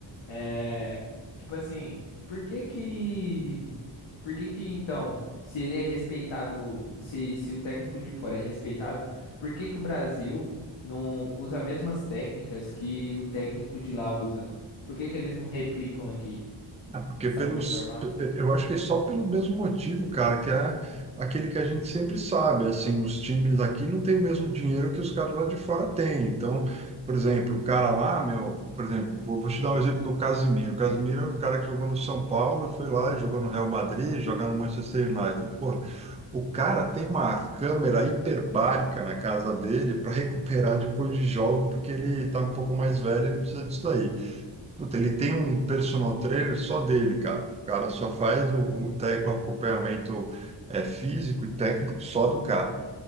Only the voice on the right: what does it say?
Porque
pelos,
eu acho que é só pelo mesmo motivo, cara, que é aquele que a gente sempre sabe, assim, os times aqui não têm o mesmo dinheiro que os caras lá de fora têm. Então, por exemplo, o cara lá, meu, por exemplo, vou, vou te dar um exemplo do Casimiro. O Casimiro era um cara que jogou no São Paulo, foi lá, jogou no Real Madrid, jogou no Manchester United. Porra, o cara tem uma câmera hiperbárica na casa dele para <laughs> recuperar depois de jogo, porque ele tá um pouco mais velho, ele precisa disso daí. Puta, ele tem um personal trainer só dele, cara. O cara só faz o, o, tec- o acompanhamento é, físico e técnico só do cara.